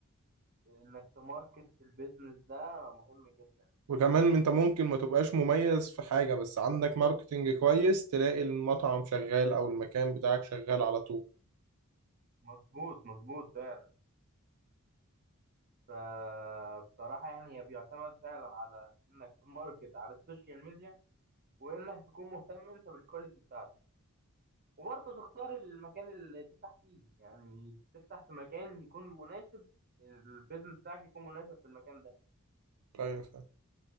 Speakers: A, on the right; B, on the right.
A: انك تماركت في البيزنس ده مهم جدا
B: وكمان
A: يعني
B: انت ممكن ما تبقاش مميز في حاجه بس عندك ماركتنج كويس تلاقي المطعم شغال او المكان بتاعك شغال على طول
A: مظبوط مظبوط فعلا فبصراحة يعني هي بيعتمد فعلا على انك تماركت على السوشيال ميديا وانك تكون مهتم انت بالكواليتي بتاعتك وبرضه تختار المكان اللي تفتح فيه يعني تفتح في مكان يكون مناسب البيزنس بتاعك يكون مناسب في المكان ده
B: ايوه